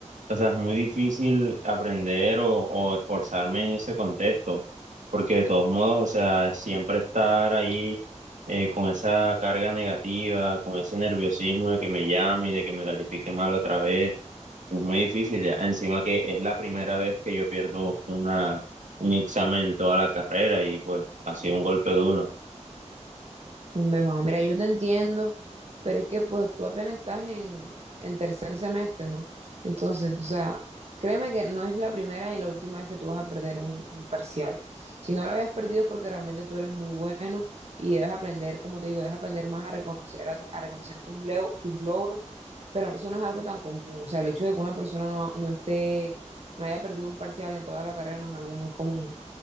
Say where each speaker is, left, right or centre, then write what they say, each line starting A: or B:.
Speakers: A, on the right (about 80°); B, on the right (about 55°).
A: O sea, es muy difícil aprender o, o esforzarme en ese contexto, porque de todos modos, o sea, siempre estar ahí eh, con esa carga negativa, con ese nerviosismo de que me llame y de que me califique mal otra vez, es muy difícil ya. Encima que es la primera vez que yo pierdo una, un examen en toda la carrera y pues ha sido un golpe duro.
B: Hombre, Juan, mira, yo te entiendo, pero es que pues tú apenas estás en, en tercer semestre, ¿no? Entonces, o sea, créeme que no es la primera ni la última vez que tú vas a perder un, un parcial. Si no lo habías perdido es porque realmente tú eres muy bueno y debes aprender, como te digo, debes aprender más a reconocer, a, ti- a reconocer tus, leo- tus logros, pero eso no es algo tan común. O sea, el hecho de que una persona no, no esté, no haya perdido un parcial en toda la carrera no es algo muy común.